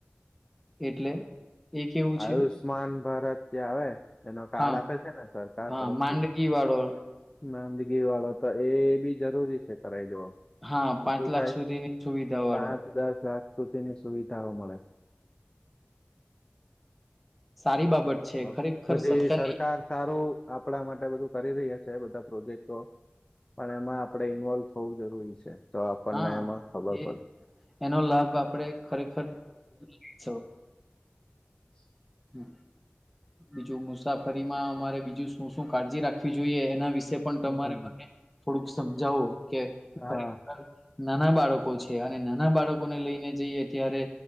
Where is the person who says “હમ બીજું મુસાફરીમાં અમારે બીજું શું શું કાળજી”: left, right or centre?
Centre